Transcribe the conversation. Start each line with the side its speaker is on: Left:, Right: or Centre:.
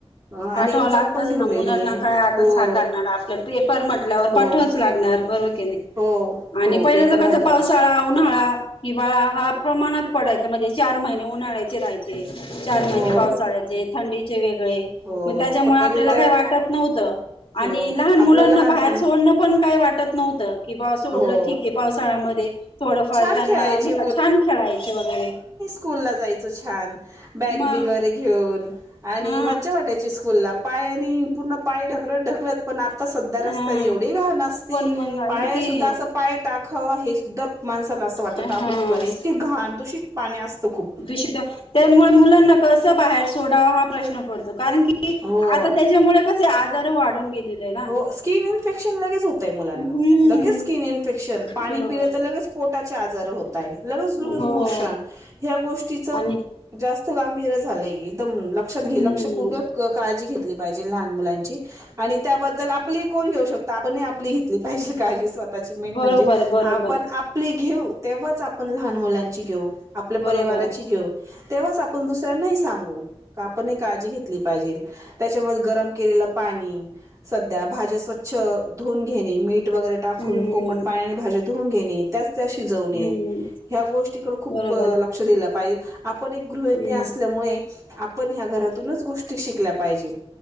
Right: आणि
Left: पाठवावं
Right: एक्झाम
Left: लागतच
Right: पण ठेवलेली
Left: ना मुलांना
Right: आहे
Left: काय आता
Right: हो
Left: साकारणार पेपर म्हटल्यावर
Right: हो
Left: पाठवाच लागणार बरं की नाही
Right: हो
Left: आणि
Right: हो
Left: पहिल्याच
Right: पेपर म्हटलं
Left: कस पावसाळा, उन्हाळा हिवाळा हा प्रमाणात पडायचा म्हणजे चार महिने उन्हाळायचे राहा चार महिने
Right: हो
Left: पावसाळ्याचे, थंडीचे वेगळे
Right: हो
Left: मग त्याच्यामुळे
Right: पहिले
Left: आपल्याला
Right: तर
Left: काही वाटत नव्हतं.
Right: हो
Left: आणि लहान
Right: आपलं
Left: मुलांना
Right: लहानपण
Left: बाहेर सोडणं पण काही वाटत नव्हतं. की बा सोडलं
Right: हो
Left: ठीक आहे पावसाळ्यामध्ये थोडंफार
Right: छान
Left: त्यांना
Right: खेळायचे
Left: नाही का छान खेळायचे वगैरे
Right: स्कूल ला जायचं छान बॅग
Left: मग
Right: वगैरे घेऊन आणि
Left: हा
Right: मज्जा वाटायची स्कूल ला पाय आणि पूर्ण पाय ढकलत ढकलत पण आता सध्या रस्त्याने
Left: हा
Right: एवढी घाण असती
Left: पण मग
Right: पाय
Left: इतकी
Right: सुद्धा असं पाय टाकाव हे सुद्धा माणसाला असं वाटतं
Left: हा
Right: टाकू क नाही इतक घाण दूषित पाणी असतं खूप
Left: <unintelligible> त्यामुळे मुलांना कसं बाहेर सोडावं हा प्रश्न पडतो कारण की
Right: हो
Left: आता त्याच्यामुळे आजार वाढून गेलेले ना
Right: हो. स्किन इन्फेक्शन लगेच होतय मुलांना
Left: हम्म
Right: लगेच स्किन इन्फेक्शन पाणी
Left: बरोबर
Right: पिलं तर लगेच पोटाचे आजार होतय, लज लूज
Left: हो
Right: मोशन ह्या गोष्टीच
Left: आणि
Right: जास्त गांभीर झालंयी एकदम लक्षात घे
Left: हम्म
Right: लक्षपूर्वक काळजी घेतली पाहिजे लहान मुलांची आणि त्याबद्दल आपली कोण घेऊ शकत आपण आपली घेतली पाहिजे काळजी स्वतःची मेन
Left: बरोबर
Right: म्हणजे
Left: बरोबर
Right: आप आपली घेऊ तेव्हाच आपण लहान मुलांची घेऊ, आपल्या
Left: बरोबर
Right: परिवाराची घेऊ तेव्हाच आपण दुसऱ्यांनाही सांगू का आपण एक काळजी घेतली पाहिजेल. त्याच्यामध्ये गरम केलेलं पाणी सध्या भाज्या स्वच्छ धुवून घेणे, मीठ वगैरे टाकून
Left: हम्म
Right: कोमट पाण्याने भाज्या धुवून घेणे. त्याच त्या शिजवणे
Left: हम्म
Right: ह्या गोष्टीकडे खूप
Left: बरोबर
Right: लक्ष दिलं पाहिजे आपण एक गृहिणी
Left: हम्म
Right: असल्यामुळे आपण ह्या घरातूनच गोष्टी शिकल्या पाहिजे.